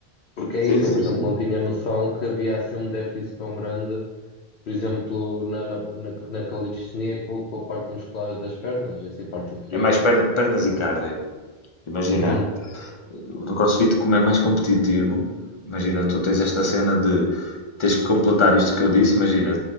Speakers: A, on the left; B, on the left.
A: Porque é
B: Sim,
A: isso,
B: sim,
A: eu, por exemplo,
B: sim.
A: não tinha noção que havia assim um déficit tão grande, por exemplo, na, na, na, na calistenia com, com a parte muscular das pernas, e assim, a parte inferior.
B: É mais perna- pernas e cardio. Imagina,
A: Uhum.
B: no CrossFit, como é mais competitivo, imagina, tu tens esta cena de tens que completar isto que eu disse. Imagina,